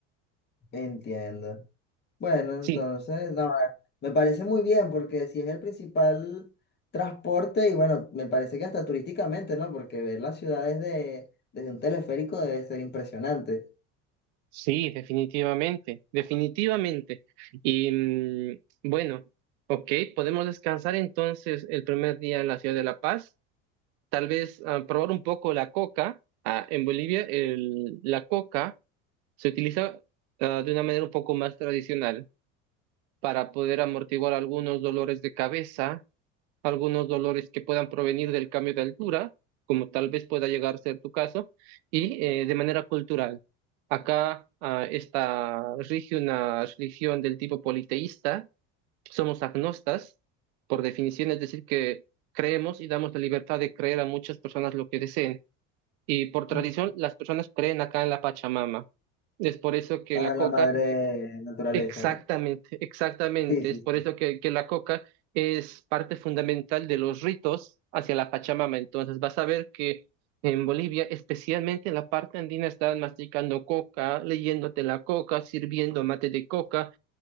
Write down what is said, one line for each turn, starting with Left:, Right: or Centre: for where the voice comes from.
Left: Entiendo. Bueno, entonces,
Right: Sí,
Left: no, me parece muy bien porque si es el principal transporte y bueno, me parece que hasta turísticamente, ¿no? Porque ver las ciudades de, desde un teleférico debe ser impresionante.
Right: sí, definitivamente, definitivamente. Y mm, bueno, ok, podemos descansar entonces el primer día en la ciudad de La Paz. tal vez ah, probar un poco la coca. Ah, en Bolivia el- la coca se utiliza ah, de una manera un poco más tradicional para poder amortiguar algunos dolores de cabeza, algunos dolores que puedan provenir del cambio de altura, como tal vez pueda llegar a ser tu caso, y eh, de manera cultural. Acá ah, está rige una religión del tipo politeísta, somos agnostas, por definición, es decir, que creemos y damos la libertad de creer a muchas personas lo que deseen. Y por tradición,
Left: Mm.
Right: las personas creen acá en la Pachamama. Es por eso que
Left: A
Right: la coca,
Left: la madre naturaleza,
Right: exactamente,
Left: ¿no?
Right: exactamente,
Left: Sí, sí.
Right: es por
Left: sí.
Right: eso que, que la coca es parte fundamental de los ritos hacia la Pachamama. Entonces vas a ver que en Bolivia, especialmente en la parte andina, están masticando coca, leyéndote la coca, sirviendo mate de coca